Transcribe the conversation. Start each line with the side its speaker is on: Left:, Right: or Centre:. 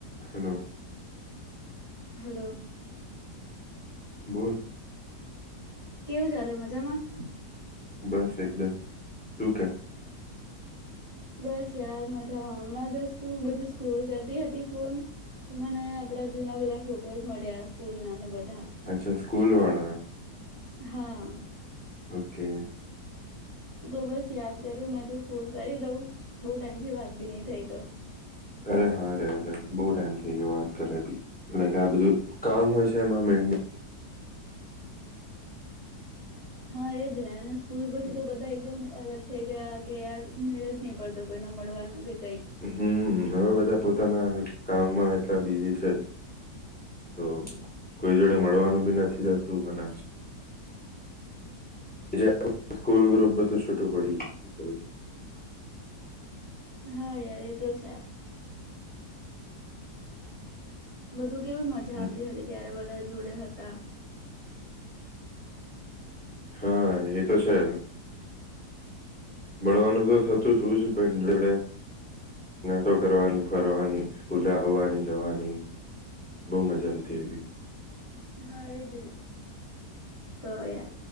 Centre: Hello.
Right: Hello.
Centre: બોલ.
Right: કેવું ચાલે મજામાં?
Centre: બસ એકદમ, તું કે.
Right: બસ યાર મજામાં હમણાં જસ્ટ તું બધું સ્ક્રોલ કરતી હતી ફોન તો મને આપડા જૂના બધા ફોટોઝ મળ્યા. સ્કૂલના ને બ
Centre: અચ્છા સ્કૂલવાળા
Right: હા.
Centre: ઓકે.
Right: તો બસ યાદ કર્યુ મે તુ ફોન કરી દઉં બહુ ટાઈમથી વાત બી નઈ થઈ તો.
Centre: અરે હા રે લાઈક બહુ ટાઈમ થઈ ગયો વાત કરે ભી લાઈક આ બધું કામ હોય છે એમાં મેર ન
Right: હા એ જ ને અને સ્કૂલ
Centre: શું
Right: પછી તો બધા એકદમ અલગ થઈ ગયા કે યાર મેળ જ નહી પડતો કોઈને મળવાનો કઈ
Centre: હમ્મ, હવે બધા પોતાના કામમાં એટલા બીઝી છે તો કોઈ જોડે મળવાનું બી નથી થતું અને જે આપડુ સ્કૂલ ગ્રુપ બધું છૂટું પડી ગયું.
Right: હા યાર એ તો છે. બધું કેવી મજા
Centre: હમ.
Right: આવતી હતી ત્યારે બધા જોડે હતા.
Centre: હા એ તો છે ભણવાનું તો થતું હતું જ જોડે તો કરવાની ફરવાની સ્કૂલે આવવાની જવાની બહુ મજા આતી એવી.
Right: હા એજ ને તો યાર